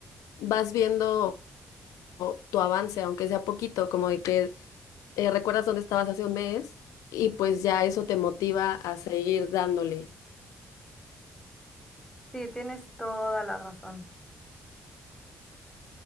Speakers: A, on the left; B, in the centre.
A: vas viendo tu avance, aunque sea poquito, como de que eh, recuerdas dónde estabas hace un mes y pues ya eso te motiva a seguir dándole.
B: Sí, tienes toda la razón.